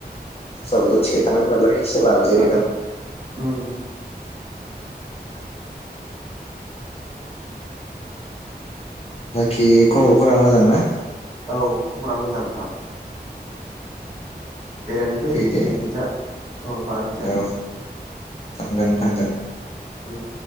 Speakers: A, on the left; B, on the right.
A: खरसाबोथ' थिखोखानांगोन नालाय एसे लादेरोदां
B: औ उम
A: बाखि खबरफोरा मोजां ना
B: औ खबरा मोजां नोंथां बेरायनो फै
A: फैदो
B: जोंनि खैजा सरलपारा खैजा
A: औ थांगोन थांगोन
B: उम